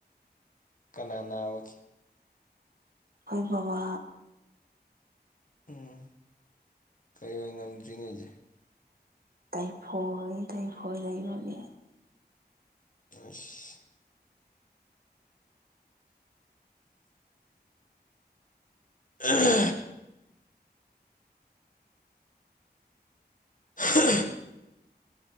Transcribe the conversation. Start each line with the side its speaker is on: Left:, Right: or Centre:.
Left: ꯀꯅꯥ ꯅꯥꯕꯒꯤ
Right: ꯈꯣꯏ ꯕꯕꯥ
Left: ꯎꯝ ꯀꯩ ꯑꯣꯏ ꯉꯝꯗ꯭ꯔꯤꯅꯦꯁꯦ
Right: ꯇꯥꯏꯐꯣꯢꯂꯤ ꯇꯥꯏꯐꯣꯏ ꯂꯩꯕꯒꯤ
Left: ꯑꯁ ꯑꯝ ꯍ